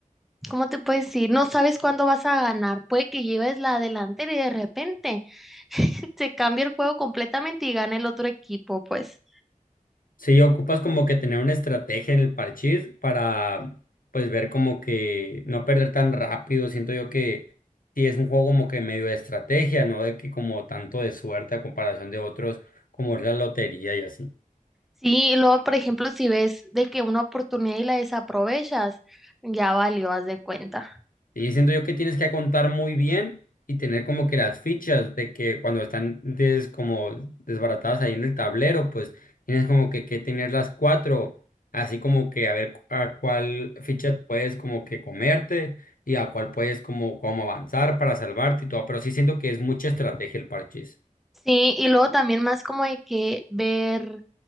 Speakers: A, in the centre; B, on the left.
A: ¿cómo te puedo decir? No sabes cuándo vas a ganar. Puede que lleves la delantera y de repente <laughs> se cambia el juego completamente y gana el otro equipo, pues.
B: Sí, ocupas como que tener una estrategia en el parchís para pues ver como que no perder tan rápido. Siento yo que sí es un juego como que medio de estrategia, no de que como tanto de suerte a comparación de otros como es la lotería y así.
A: Sí, y luego, por ejemplo, si ves de que una oportunidad y la desaprovechas, ya valió, haz de cuenta.
B: Y siento yo que tienes que contar muy bien y tener como que las fichas de que cuando están des, como desbaratadas ahí en el tablero, pues tienes como que, que tener las cuatro, así como que a ver cu- a cuál ficha puedes como que comerte y a cuál puedes como, como avanzar para salvarte y todo, pero sí siento que es mucha estrategia el parche
A: Sí, y luego también más como de que ver